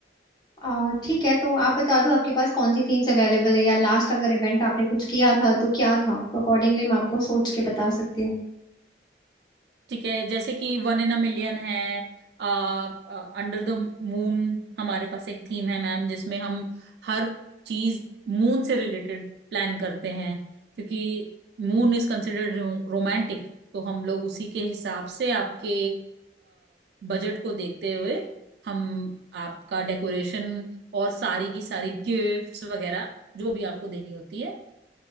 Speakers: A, on the left; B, on the right.
A: आ, ठीक है तो आप बता दो आपके पास कौन सी थीम्स अवेलेबल है या लास्ट अगर इवेंट आपने कुछ किया था तो क्या था तो अकॉर्डिंगली मैं आपको सोच के बता सकती हूँ
B: ठीक है जैसे कि वन इन अ मिलियन है आ, अंडर द मून हमारे पास एक थीम है मैम जिसमें हम हर चीज मून से रिलेटेड प्लान करते हैं क्योंकि मून इज कंसिडर्ड रोमांटिक तो हम लोग उसी के हिसाब से आपके बजट को देखते हुए हम आपका डेकोरेशन और सारी की सारी गिफ्ट्स वगैरह जो भी आपको देनी होती है